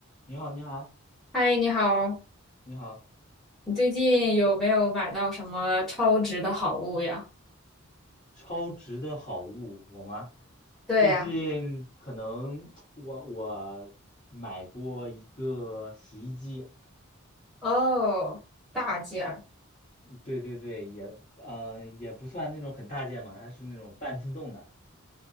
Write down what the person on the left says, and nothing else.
你好，你好，
你好，
超值的好物，我吗？
最近可能我我买过一个洗衣机，
对对对，也呃也不算那种很大件嘛，它是那种半自动的，